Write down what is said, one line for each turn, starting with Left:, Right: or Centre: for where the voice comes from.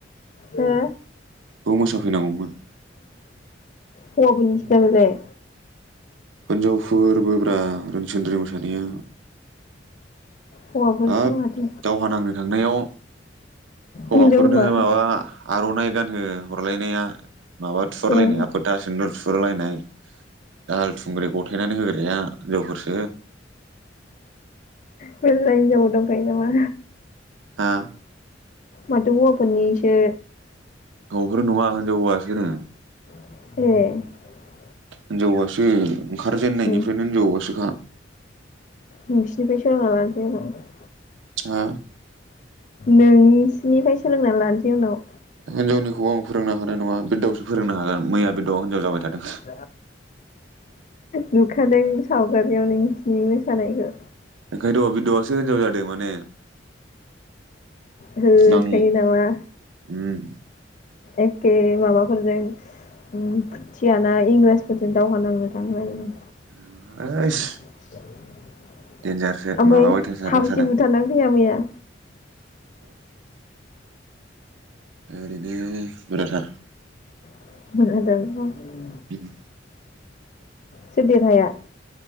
Left: हो
Right: खौ मोसाफैनांगौमोन
Left: हौवाफोरनिसोदा बेलाय
Right: हिनजावफोरबोब्रा रोंसिन्द्रि मोसानाया
Left: हौवाफोरसो
Right: हाब
Left: ना माथो
Right: दावहा नांनो थांनायाव हौवाफोरनो
Left: हिनजाव हौवा
Right: माबा आर'नाइ गानहो हरलायनाया माबा थुहारलायनाया
Left: ए
Right: फोथा सेन्दुर थुहरलायनाय दाहाल थुंग्रि गथायनानै होग्राया लोगोफोर
Left: बे लाय जाब दंखायो नामा
Right: हा
Left: माथो हौवाफोरनिसो
Right: हौवाफोर नङा होनजाव हौवासो नो
Left: ए
Right: हिनजाव हौवासो ओंखारजेननायनिफ्रायनो
Left: उम
Right: हिनजाव हौवासोखा
Left: बिसनिफ्राय सोलोंना लानोसै आंहा
Right: हा
Left: नोंसिनिफ्राय सोलोंना लानोसै उनाव
Right: हिनजावनिखौ आं फोरोंनांगोन नङा बिरदावसो फोरोंनो हागोन मैया बिरदावा हिनजाव जाबाय
Left: <inaudible>
Right: थादों
Left: नुखादों सावगारियाव नोंसिनि मोसानायखौ
Right: ओंखायनोथ' बिरदावासो हिनजाव जादों माने
Left: हो
Right: नां
Left: खायो नामा
Right: उम
Left: एखे माबाफोरजों उम। थियाना इंराजफोरजों दावहा नांनो थाङो आरो।
Right: <inaudible>
Left: <inaudible>
Right: देनजारसो
Left: ओमफ्राय
Right: माबाबाय थाथारबाय
Left: साबेसे
Right: थादों
Left: बुथारनानै फैया मैया?
Right: ओरैनो बुराथार।
Left: <unintelligible>
Right: उम।
Left: <inaudible> सोर देरहाया?